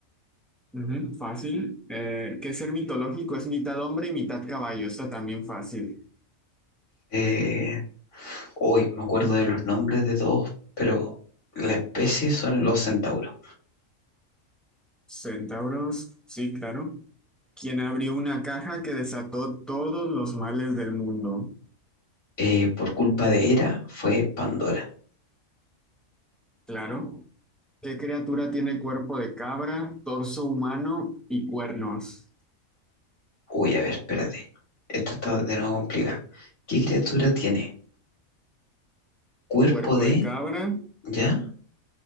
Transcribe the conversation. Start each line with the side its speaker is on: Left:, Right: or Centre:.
Centre: Ujú, fácil. Eh, ¿qué ser mitológico? Es mitad hombre y mitad caballo. Está también fácil.
Left: Eh, Hoy me acuerdo de los nombres de todos, pero la especie son los centauros.
Centre: Centauros, sí, claro. ¿Quién abrió una caja que desató todos los males del mundo?
Left: Eh, por culpa de Hera fue Pandora.
Centre: Claro. ¿Qué criatura tiene cuerpo de cabra, torso humano y cuernos?
Left: Uy, a ver, espérate. Esto está de nuevo complicado. ¿Qué criatura tiene? Cuerpo
Centre: Cuerpo
Left: de...
Centre: de cabra,
Left: ¿Ya?